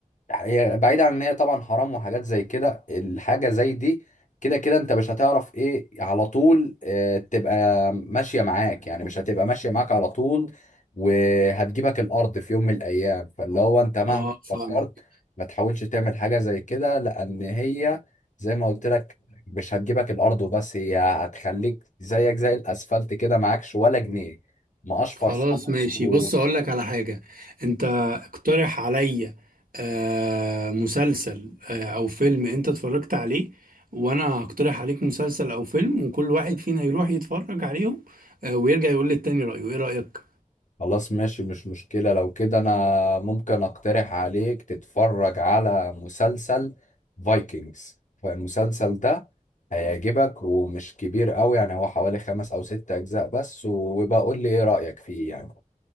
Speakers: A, on the left; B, on the right.
A: هي بعيد عن ان هي طبعا حرام وحاجات زي كده الحاجة زي دي كده كده انت مش هتعرف ايه على طول اه تبقى ماشية معاك يعني مش هتبقى ماشية معاك على طول وهتجيبك الارض في يوم من الايام فاللي هو انت مهما
B: أه فاهمك
A: فكرت ما تحاولش تعمل حاجة زي كده لان هي زي ما قلت لك مش هتجيبك الارض وبس هي هتخليك زيك زي الاسفلت كده معكش ولا جنيه مقشفر
B: خلاص
A: خالص
B: ماشي
A: و...
B: بص أقول لك على حاجة أنت اقترح عليا آه مسلسل آه أو فيلم أنت اتفرجت عليه وأنا هقترح عليك مسلسل أو فيلم وكل واحد فينا يروح يتفرج عليهم آه ويرجع يقول للتاني رأيه إيه رأيك؟
A: خلاص ماشي مش مشكلة لو كده انا ممكن اقترح عليك تتفرج على مسلسل فايكنجز فالمسلسل ده هيعجبك ومش كبير قوي يعني هو حوالي خمس او ست اجزاء بس وبقى قول لي ايه رأيك فيه يعني